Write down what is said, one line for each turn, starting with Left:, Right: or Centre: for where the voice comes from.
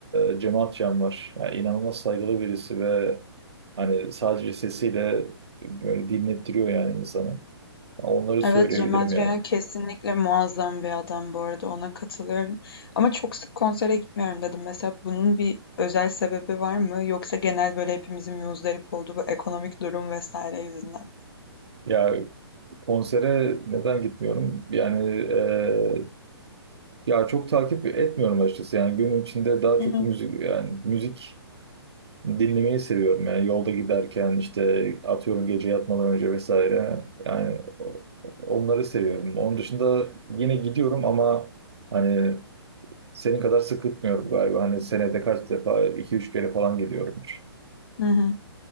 Right: E, Cem Akçam var. Yani inanılmaz saygılı birisi ve hani sadece sesiyle böyle dinlettiriyor yani insanı. Onları söyleyebilirim
Left: Evet, Cem Adrian
Right: yani.
Left: kesinlikle muazzam bir adam bu arada ona katılıyorum. Ama çok sık konsere gitmiyorum dedim. Mesela bunun bir özel sebebi var mı? Yoksa genel böyle hepimizin muzdarip olduğu bu ekonomik durum vesaire yüzünden mi?
Right: Ya konsere neden gitmiyorum? Yani eee, ya çok takip etmiyorum açıkçası. Yani günün içinde daha çok
Left: Hı hı.
Right: müzik yani müzik dinlemeyi seviyorum. Yani yolda giderken işte atıyorum gece yatmadan önce vesaire. Yani onları seviyorum. Onun dışında yine gidiyorum ama hani senin kadar sık gitmiyorum galiba. Hani senede kaç defa iki üç kere falan gidiyorumdur.
Left: Hı hı.